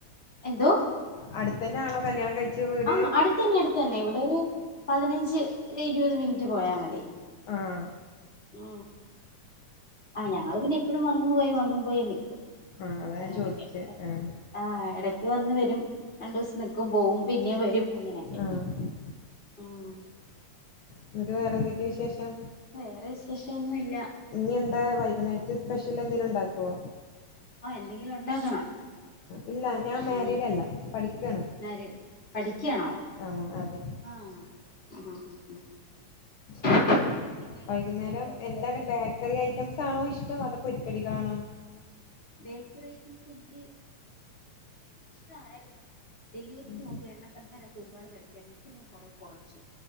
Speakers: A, on the left (about 20°); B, on the left (about 55°).
A: എന്തോ
B: അടുത്ത തന്നെ ആണോ കല്യാണം കഴിച്ച വീട്
A: ആഹ് അടുത്തന്നെ അടുത്തതന്നെ ഇവിടെ ഒരു പതിനഞ്ച് ഇരുപത് മിനിറ്റ് പോയാൽ മതി
B: ആഹ
A: ഉ ആ ഞങ്ങള് പിന്നെ എപ്പോഴും വന്നും പോയി വന്നും പോയി നൽക്കും
B: ആഹ് അതാ
A: അങ്ങനെയൊക്കെ
B: ഞാൻ ചോദിച്ചേ ആഹ്
A: ആ ഇടക്ക് വന്ന് വരു രണ്ടു ദിവസം നിൽക്കും പോവും പിന്നെ വരും അങ്ങനെയൊക്കെ
B: ആഹ്
A: ഉം
B: എന്നിട്ട് വേറെ എന്തൊക്കെ വിശേഷം
A: വേറെ വിശേഷമൊന്നുമില്ല
B: ഇനി എന്താ വൈകുന്നേരത്തെ സ്പെഷ്യൽ എന്തേലും ഉണ്ടാക്കോ
A: ആ എന്തെങ്കിലും ഉണ്ടാക്കണം
B: ഇല്ല ഞാൻ മാരീഡ്
A: ഉം
B: അല്ല പഠിക്കാണ്
A: മാര് പഠിക്കാണോ
B: ആ അതെ
A: ആഹ് <inaudible>
B: ഏഹ്
A: എങ്ങനെയാണ്
B: വൈകുന്നേരം
A: പോകുന്നു പഠിത്തൊക്കെ
B: എന്താണ് ബേക്കറി ഐറ്റംസ് ആണോ ഇഷ്ടം അതോ പൊരിക്കടികളാണോ
A: ബേക്കറി ഐറ്റംസ് എനിക്ക് ഇഷ്ടമായിരുന്നു ഡെലിവറിക്ക്
B: ഉം.
A: മുമ്പ് എണ്ണ പലഹാരമൊക്കെ ഒരുപാട് കഴിക്കാരുന്നിട്ട് ഞാൻ കുറെ കുറച്ചു